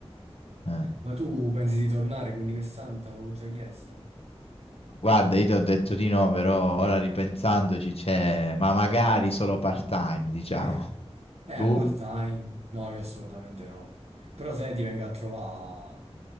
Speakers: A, on the left; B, on the right.
A: Eh.
B: Ma tu pensi di tornare, quindi quest'anno t'avevo già chiesto.
A: Guarda, io ti ho detto di no, però ora ripensandoci c'è, ma magari solo part-time, diciamo.
B: Eh, eh,
A: Tu
B: part-time? No, io assolutamente no. Però se ti vengo a trovare,